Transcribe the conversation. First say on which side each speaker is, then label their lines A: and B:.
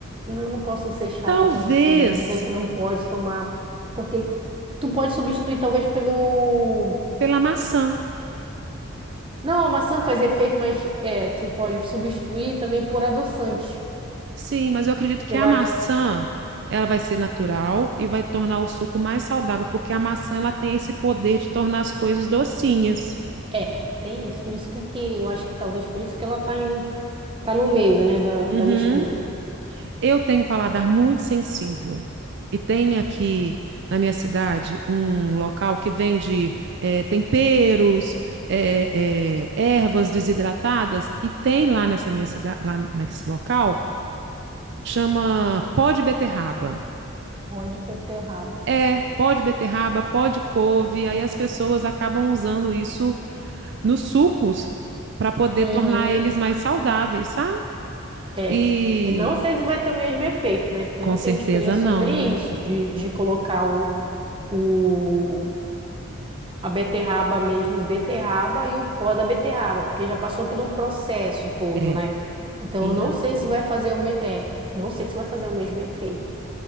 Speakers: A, on the right; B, on the right.
A: não, não posso ser chata
B: Talvez
A: tão assim, né? Dizer que não pode tomar, porque tu pode substituir talvez pelo.
B: pela maçã.
A: Não, a maçã faz efeito, mas é, tu pode substituir também por adoçante,
B: Sim, mas eu acredito
A: que
B: que
A: eu
B: a
A: acho.
B: maçã ela vai ser natural e vai tornar o suco mais saudável, porque a maçã ela tem esse poder de tornar as coisas docinhas.
A: É, tem isso. Por isso que, que eu acho que talvez por isso que ela tá em, tá no meio, né, da, da
B: Uhum.
A: mistura.
B: Eu tenho um paladar muito sensível e tem aqui na minha cidade um local que vende é, temperos, é, é, ervas desidratadas e tem lá nessa minha cidade, lá nesse local, chama pó de beterraba.
A: Ó de beterraba.
B: É, pó de beterraba, pó de couve, aí as pessoas acabam usando isso nos sucos para poder
A: Uhum,
B: tornar eles mais saudáveis, sabe?
A: é.
B: E
A: Eu não sei se vai ter o mesmo efeito, né? Porque
B: com
A: eu não tenho
B: certeza
A: experiência
B: não,
A: sobre
B: né?
A: isso, de, de colocar o, o, a beterraba mesmo, beterraba e o pó da beterraba, porque já passou por um processo todo,
B: É,
A: né? Então
B: in
A: eu não
B: natura.
A: sei se vai fazer o me... é, não sei se vai fazer o mesmo efeito.